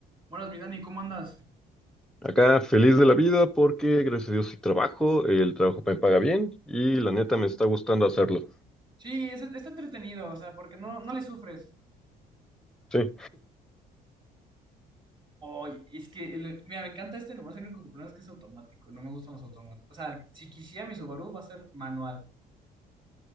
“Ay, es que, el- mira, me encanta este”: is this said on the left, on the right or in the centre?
Right